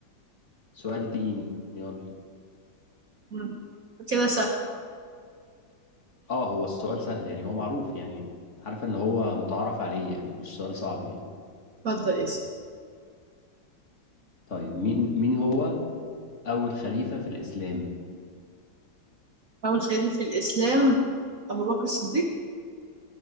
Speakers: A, on the left; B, on the right.
A: سؤال ديني يلا
B: مم. كده سهل
A: اه هو السؤال سهل يعني هو معروف يعني عارفة اللي هو متعارف عليه يعني مش سؤال صعب يعني
B: اتفضل اسال
A: طيب مين مين هو أول خليفة في الإسلام
B: اول خليفه في الاسلام ابو بكر الصديق